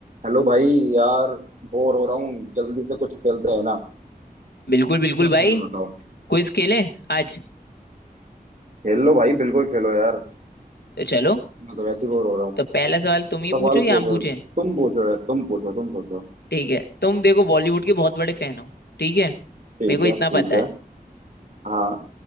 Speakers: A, on the right; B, on the left.
A: Hello भाई यार bore हो रहा हूँ जल्दी से कुछ खेलते हैं ना
B: बिल्कुल बिल्कुल
A: क्या खेलना
B: भाई
A: बताओ
B: क्विज खेलें आज
A: खेल लो भाई बिल्कुल खेलो यार
B: तो चलो
A: मैं तो वैसे ही बोर हो रहा हूँ
B: तो पहला सवाल तुम ही
A: सवाल
B: पूछो या
A: पूछो
B: हम पूछें
A: तुम पूछो यार तुम पूछो तुम पूछो
B: ठीक है तुम देखो बॉलीवुड के बहुत बड़े फैन हो ठीक है
A: ठीक
B: मेरे को इतना
A: है ठीक
B: पता
A: है
B: है
A: हाँ